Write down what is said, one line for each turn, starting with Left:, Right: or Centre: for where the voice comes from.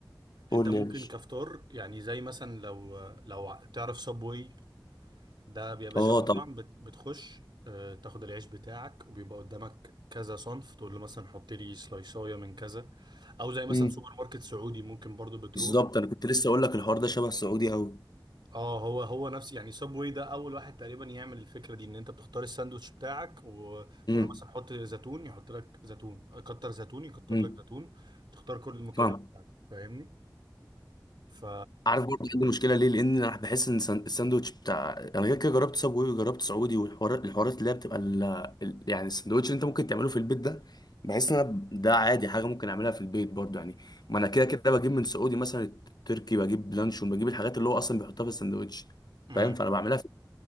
Right: انت
Left: قول
Right: ممكن
Left: لي يا باشا
Right: كفطار يعني زي مثلا لو لو ع- تعرف سبوي ده يا باشا
Left: اه
Right: مطعم
Left: طب
Right: بت- بتخش آه، تاخد العيش بتاعك وبيبقى قدامك كذا صنف تقول له مثلا حط لي سلايصايه من كذا او زي مثلا
Left: امم
Right: سوبر ماركت سعودي ممكن برضو بتروح
Left: بالظبط انا كنت لسه اقول لك الحوار ده شبه السعودي قوي
Right: اه هو هو نفس يعني سابوي ده اول واحد تقريبا يعمل الفكره دي ان انت بتختار الساندوتش بتاعك وتقول
Left: امم
Right: له مثلا حط زيتون يحط لك زيتون كتر زيتون يكتر
Left: امم
Right: لك زيتون تختار كل المكونات
Left: فاهم
Right: بتاعتك فاهمني ف
Left: عارف برضه عندي مشكله ليه لان انا بحس ان سان- الساندوتش بتاع انا غير كده جربت سابوي وجربت سعودي والحوارات الحوارات اللي هي بتبقى ال... ال- يعني الساندوتش اللي انت ممكن تعمله في البيت ده بحس ان انا ده عادي حاجه ممكن اعملها في البيت برضه يعني ما انا كده كده بجيب من سعودي مثلا تركي بجيب لانشون بجيب الحاجات اللي هو اصلا بيحطها في الساندوتش
Right: امم
Left: فاهم فانا بعملها في...